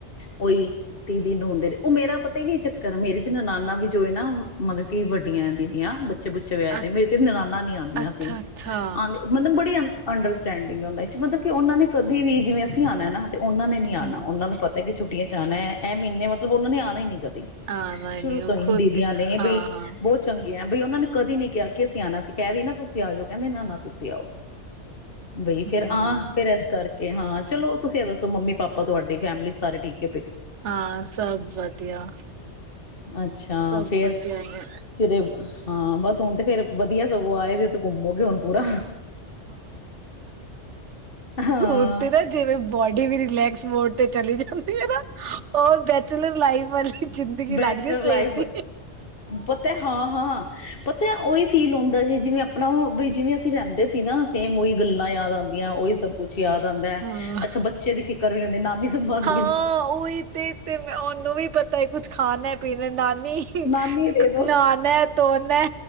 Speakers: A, on the left; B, on the right.
A: ਉਹੀ ਤੀਦੀ ਨੂੰ ਹੁੰਦੇ ਨੇ ਉਹ ਮੇਰਾ ਪਤਾ ਤੇ ਕੀ ਚੱਕਰ ਮੇਰੇ ਨ ਨਾਨਾ ਵੀ ਜੋ ਹੈ ਨਾ ਮਤਲਬ ਕਿ ਵੱਡੀਆਂ ਦੀਦੀਆਂ ਬੱਚੇੱਚੇ ਵਿ
B: ਅ
A: ਤੇ ਮੇਰੇ ਤੇ ਨਨਾਣ ਨੀ ਆਉਂਦੀਆਂ
B: ਅੱਛਾ-ਅੱਛਾ।
A: ਸੀ ਆ ਮਤਲਬ ਬੜੀ ਅੰਡਰਸਟੈਂਡਿੰਗ ਉਹ ਚ ਮਤਲਬ ਕਿ ਉਹਨਾਂ ਨੇ ਕਦੇ ਵੀ ਜਿਵੇਂ ਅਸੀਂ ਆਉਣਾ ਨਾ ਤੇ ਉਹਨਾਂ ਨੇ ਨੀ ਆਉਣਾ
B: ਹੂੰ।
A: ਉਹਨਾਂ ਨੂੰ ਪਤਾ ਕਿ ਛੁੱਟ ਚ ਆਉਣਾ ਹੈ ਇਹ ਮਹੀਨੇ ਮਤਲਬ ਉਹਨਾਂ ਨੇ ਆਉਣਾ ਹੀ ਨਿਕਲ
B: ਹਾਂ, ਮੈਂ
A: ਸ਼ੁਰੂ
B: ਨੀ ਉਹ
A: ਤੋਂ
B: ਖੁਦ
A: ਹੀ ਦੀਦੀਆਂ ਨੇ
B: ਹਾਂ-ਹਾਂ।
A: ਵੀ ਬਹੁਤ ਚੰਗਾ ਬਈ ਉਹਨਾਂ ਨੇ ਕਦੀ ਨਹੀਂੀ ਗਿਆ ਕਿ ਅਸੀ ਆਉਣਾ ਸੀ ਕਹਿ ਦ ਨਾ ਤੁਸੀਂ ਆ ਜਾਓ ਕਹਿੰਦੇ ਇਹ ਤੁਸੀਂ ਆਓ ਬਈ
B: ਹੂੰ।
A: ਫੇਰ ਆਹ
B: ਹਾਂ, ਹਮ,
A: ਫੇਿਰ ਇਸ ਕਰਕੇ ਇਹ ਹਾਂ ਚਲੋ ਤੁਸੀਂ ਇਹ ਦੱਸੋ ਮੰਮੀ ਪਾਪਾ ਤੁਹਾਡੀ ਫੈਮਿਲੀ ਸਾਰੇ ਠੀਕੇ
B: ਹਾਂ ਸਭ ਵਧੀਆ
A: ਅੱਛਾ
B: ਸਭ
A: ਫੇਰ
B: ਵਧੀਆ ਨੇ
A: ਕਿਤੇ ਹਾਂ ਬਸ ਸੋਣ ਤੇ ਫੇਰ ਵਧੀਆ ਸਗੋਂ ਆਏ ਤੇ ਉਥ ਘੁੰਮੋਗੇ ਹੁਣ ਪੂਰਾ ਹਾਂ
B: ਹ ਤੇ ਨਾ ਜਵੇ ਬੜ ਰਿਲੈਕਸ ਮੋਡ ਤੇ ਚਲੀ ਜਾਂਦੀ ਹੈ ਨਾ। ਉਹ ਬੈਚਲਰ ਲਾਈਫ ਵਾਲੀ ਜ਼ਿੰਦਗੀ ਲੱਗ
A: ਬੈਚਲਰ
B: ਰਹੀ ਸਵੇਰ
A: ਲਾਈਫ
B: ਦੀ।
A: ਪਤ ਹਾਂ ਹਾਂ ਪਤ ਉਹੀ ਫੀਲ ਹੁੰਦਾ ਜੀ। ਜਿਵੇਂ ਆਪਣਾ ਉਹ ਵੀ, ਜਿਵੇਂ ਅਸੀਂ ਰਹਿੰਦੇ ਸੀ ਨਾ ਸੇਮ ਉਹੀ ਗੱਲਾਂ ਯਾਦ ਆਉਂਦੀਆਂ, ਉਹੀ ਸਭ ਕੁਛ ਯਾਦ ਆਉਂਦਾ ਹੈ
B: ਹਾਂ।
A: ਅੱਛਾ ਬੱਚੇ ਦੀ ਫਿਕਰ ਵੀ ਹੁੰਦੀ, ਨਾਨੀ ਸੰਭਾਲ
B: ਹਾਂ ਉਹੀ ਤੇ ਤੇ ਉਹਨੂੰ ਵੀ ਪਤਾ ਹੈ, ਕੁੱਝ ਖਾਣਾ ਪੀਣਾ ਦੇ ਨਾਲ਼। ਨਹੀਂ
A: ਨਾਨੀ ਦੇ ਦੋ
B: ਨਾ ਨਾ ਧੋਣਾ